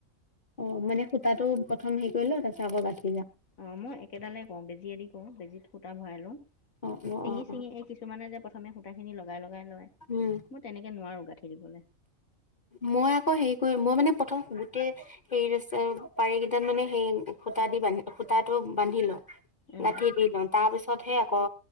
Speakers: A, on the left; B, on the left.
A: অহ মানে সূতাটো প্ৰথম হেৰি কৰি ল তাৰপিছত আকৌ বাতি
B: অহ মই একেডালে কৰো বেজিয়েদি অহ বেজিত সূতা ভৰাই লওঁ
A: অ অ
B: ছিঙি
A: অ অ
B: ছিঙি এই কিছুমানে যে প্ৰথম প্ৰথমে সূতাখিন লগাই লগাই লয়
A: উম।
B: মই তেনেকে নোৱাৰো গাঁঠি দিবলে।
A: মই আকৌ হেৰি কৰিম মই মানে প্ৰথম গোটেই হেৰিত আছে পাৰি কেইটাত মানে সেই সূতা দি বান্ধি সূতাটো বান্ধি ল
B: অ'
A: গাঠি দিলো তাৰপিছত পাছতহে আকৌ